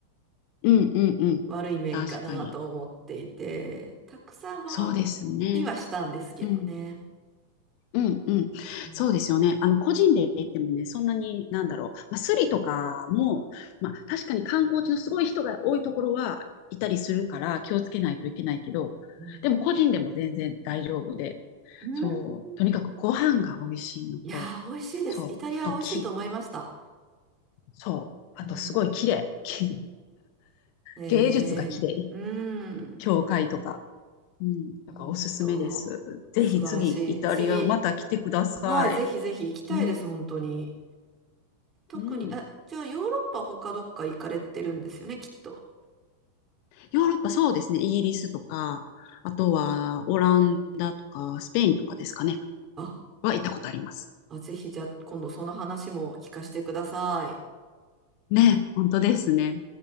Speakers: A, on the left; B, on the right.
A: うんうんうん。
B: <laughs> 悪い面かなと思っていて、
A: 確かに。
B: たくさん回
A: そうですね。
B: りはしたんですけどね。
A: うん。うんうん。
B: うん
A: そうですよね。あの、個人で行ってもね、そんなに、なんだろう。まあ、スリとかも、まあ、確かに観光地のすごい人が多いところはいたりするから気をつけないといけないけど、
B: うん
A: でも個人でも全然大丈夫で、
B: うん
A: そう。とにかくご飯が美味しいのと、
B: いやー、美味しいです。
A: そう。
B: イタリアは美味しいと思いました。
A: あと木、そう。あとすごい綺麗。
B: うん。
A: <laughs> き
B: えー、
A: 芸術が綺麗。
B: うん。
A: 教会とか。うん。
B: 本当、
A: だからおすすめです。ぜひ次、
B: 素晴らしい。
A: イタリアまた来てください。
B: 次、はい、ぜひぜひ行きたいです、
A: うん。
B: 本当に。特に、
A: うん。
B: あ、じゃあヨーロッパ他どっか行かれてるんですよね、きっと。
A: ヨーロッパそうですね。イギリスとか、あとはオランダとか、スペインとかですかね。
B: あ、
A: は行ったことあります。
B: あ、ぜひじゃあ今度その話も聞かせてください。
A: ね、本当ですね。